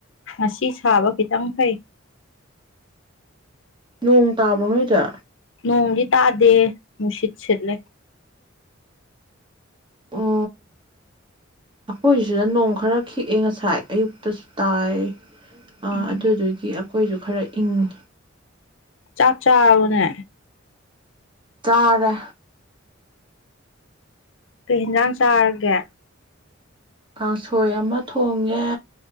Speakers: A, on the left; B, on the right.
A: ꯉꯁꯤ ꯁꯥꯕ ꯈꯤꯇꯪ ꯐꯩ
B: ꯅꯣꯡ ꯇꯥꯕ ꯅꯣꯏꯗ
A: ꯅꯣꯡꯗꯤ ꯇꯥꯗꯦ ꯅꯨꯡꯁꯤꯠ ꯁꯤꯠꯂꯦ
B: ꯑꯣ ꯑꯩꯈꯣꯏꯁꯤꯗ ꯅꯣꯡ ꯈꯔ ꯈꯤꯛꯑꯦ ꯉꯁꯥꯏ ꯑꯌꯨꯛꯇꯁꯨ ꯇꯥꯏ ꯑ
A: ꯎꯝ
B: ꯑꯗꯨꯗꯨꯒꯤ ꯑꯩꯈꯣꯏꯁꯨ ꯈꯔ ꯏꯪꯉꯤ
A: ꯆꯥꯥꯛ ꯆꯥꯔꯥꯕꯣꯅꯦ
B: ꯆꯥꯔꯦ
A: ꯀꯩ ꯍꯤꯟꯖꯥꯡ ꯆꯥꯔꯒꯦ
B: ꯀꯥꯡꯁꯣꯏ ꯑꯃ ꯊꯣꯡꯉꯦ